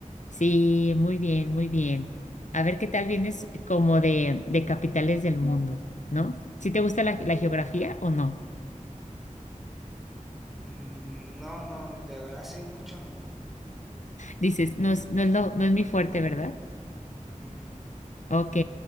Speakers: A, on the left; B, in the centre.
A: Sí, muy bien, muy bien. A ver qué tal vienes como de, de capitales del mundo, ¿no? ¿Sí te gusta la, la geografía o no?
B: Mm, No, no, de verdad sí, mucho no.
A: Dices, no es, no es lo- no es mi fuerte, ¿verdad?
B: Ujú.
A: Ok.